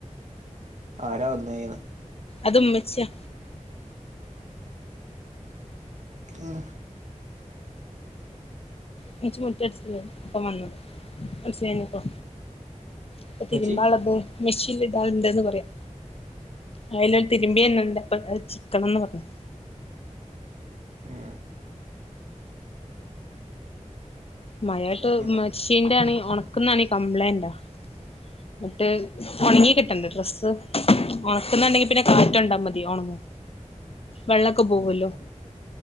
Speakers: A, on the right; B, on the left.
A: ആരാ വന്നേന്ന്
B: അതുമ്മച്ചിയാ
A: ഉം
B: ഉമ്മച്ചി മുറ്റം അടിച്ച് വാരാണ് ഇപ്പൊ വന്ന് മനസ്സിലായപ്പോ ഇപ്പൊ
A: ഉമ്മച്ചി
B: തിരുമ്പാള്ളത് മെഷീൽ ഇടാനുണ്ട്ന്ന് പറയ്യാ അതിലൊരു തിരുമ്പി എന്നുണ്ട് അപ്പൊ ചിക്കണന്ന് പറയ്യാ
A: മ്ഹ്
B: മഴയത്ത്
A: അങ്ങനെ
B: ഉമ്മച്ചിന്റെ ആണെങ്കിൽ ഉണക്കുന്നാണെങ്കി കംപ്ലൈന്റാ എന്നിട്ട് ഉണങ്ങി കിട്ടണ്ടെ ഡ്രസ്സ് ഉണക്കുന്നുണ്ടെങ്കി പിന്നെ കാറ്റുകൊണ്ടാ മതി ഉണങ്ങും വെള്ളൊക്കെ പോവ്വല്ലോ
A: ഉം